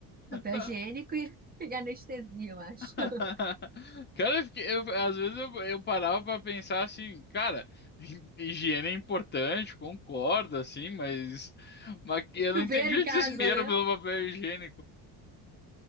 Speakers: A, on the right; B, on the left.
A: Papel
B: a-
A: higiênico e, <laughs> e anestesia, eu acho.
B: <laughs>
A: <laughs>
B: Cara, eu fiquei- eu- às vezes eu, eu parava pra pensar assim, cara, <laughs> higiene é importante, concordo, assim, mas, mas que eu
A: Chuveiro
B: não entendi
A: em
B: o
A: casa,
B: desespero
A: né?
B: pelo papel higiênico.